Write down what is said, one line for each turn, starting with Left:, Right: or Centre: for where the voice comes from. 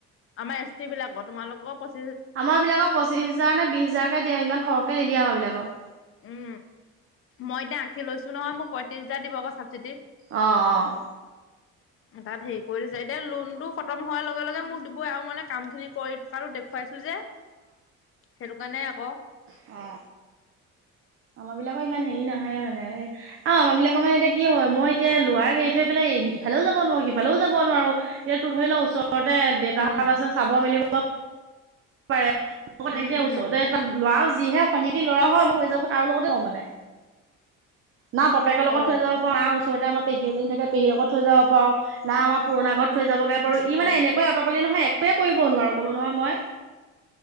Left: আমাৰ এছ টি বিলাকৰ তোমালোকৰ পচ
Right: আমাৰ বিলাকক পঁচিশ হোজাৰ নে বিশ হাজাৰকে দিয়ে ইমান সৰহকে নিদিয়ে আমাৰ বিলাকৰ
Left: উম মই এতিয়া আশীলৈছো নহয় মোক পঁয়ত্ৰিশ হাজাৰ দিব আক চাবচিডিটিত
Right: অৱ অৱ
Left: তাত সেই কৈ দিছে এতিয়া লোনতো খতম হোৱাৰ লগে লগে মোক দিবই আৰু মানে কাম খিনি কৰি থকাটো দেখুৱাইছো। চ যে সেইটো কাৰণে আক
Right: অ আমাৰ বিলাকৰ ইমান হেৰি নহয়ে মানে এ অ আমাৰ বিলাকৰ মানে এতিয়া কি হয় মই এতিয়া লৰা এৰি থৈ পেলাই। এ ইফালেও যাব নোৱাৰো সিফালেও যাব নোৱাৰো ইয়াতো ধৰি লও ওচ- ওচৰতে দেউতাহঁত
Left: উম
Right: আছে চাব মেলিব পাৰে। অ তেনেকে
Left: উম উম
Right: ওচৰতে এইখন লৰাও যিহে শনটি ল'ৰা হয় মই হৈ যাব। কাৰো লগতে থও মানে না বাপেকৰ লগত
Left: অ
Right: থৈ যাব পাৰোঁ না ওচৰতে আমাৰ পেহী এজনী থাকে পেহীৰ লগত থৈ যাব পাৰো না আমাৰ পুৰণা ঘৰত থৈ যাবগে পাৰোঁ ই মানে
Left: অ
Right: এনেকা অঁতপালি নহয় একোৱে কৰিব নোৱাৰো কলো নহয় মই।